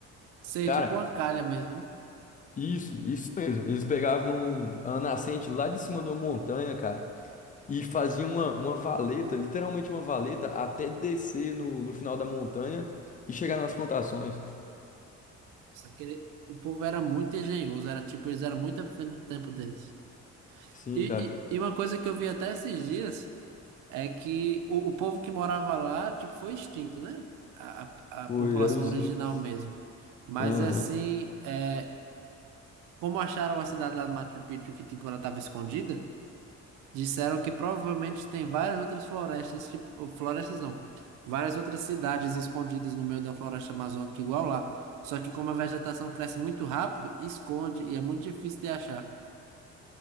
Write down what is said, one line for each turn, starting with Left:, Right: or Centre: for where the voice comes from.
Right: Sei,
Left: Cara,
Right: tipo uma calha mesmo, né?
Left: isso, isso mesmo. Eles pegavam a nascente lá de cima de uma montanha, cara, e faziam uma, uma valeta, literalmente uma valeta, até descer no, no final da montanha e chegar nas plantações.
Right: Só que ele- o povo era muito engenhoso, era tipo, eles eram muito à frente do tempo deles.
Left: Sim,
Right: E,
Left: cara.
Right: e, e uma coisa que eu vi até esses dias é que o, o povo que morava lá, tipo, foi extinto, né? A, a, a
Left: Foi,
Right: população
Left: eram os
Right: original
Left: Incas.
Right: mesmo. Mas
Left: Aham.
Right: assim, é, como acharam a cidade lá do Machu Picchu que, tipo, ela estava escondida, Disseram que provavelmente tem várias outras florestas, tipo, ou florestas não, várias outras cidades escondidas no meio da floresta amazônica, igual lá. Só que como a vegetação cresce muito rápido, esconde e é muito difícil de achar.